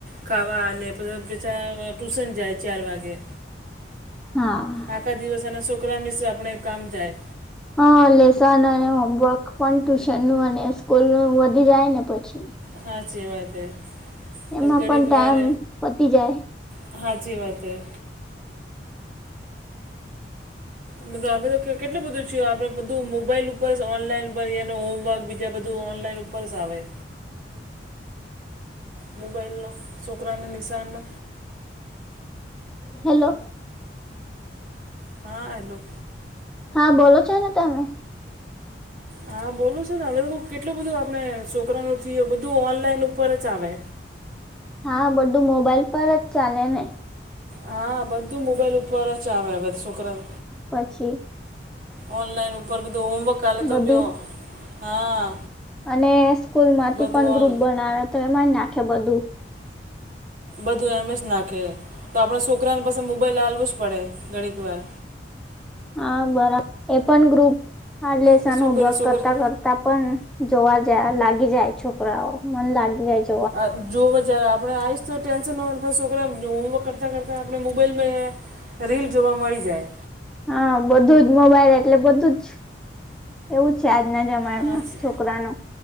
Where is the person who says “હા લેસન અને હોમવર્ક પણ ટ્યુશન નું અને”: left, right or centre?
Centre